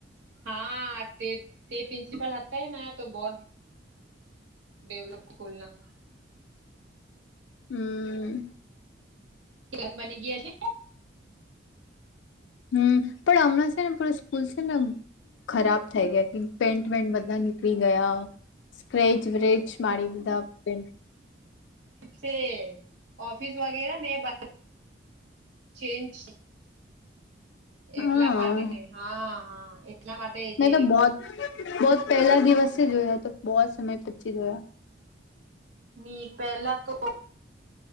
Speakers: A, on the right; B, on the left.
A: હા તે તે પ્રિન્સિપલ હતા એ ને તો બોત ડેવલપ ખલના,
B: હમ,
A: ન બની ગયા છે.
B: હમ પણ હમણાં છે ને પ સ્કૂલ છે ને, ખરાબ થઈ ગયા કે પેન્ટ વેન્ટ બધા નીકળી ગયા. ક્રેજ વ્રજ મળ દા પે,
A: ઠીક ઓફિસ વગેરા ને બ ચેન્જ, એટલા
B: હા
A: માટે ક હા હા એટલા માટે
B: મેં
A: જે
B: તો બહ બહુત પહેલા દિવસે જોયા તો બહુ સમય પછી જોયા.
A: ની પેલા તો,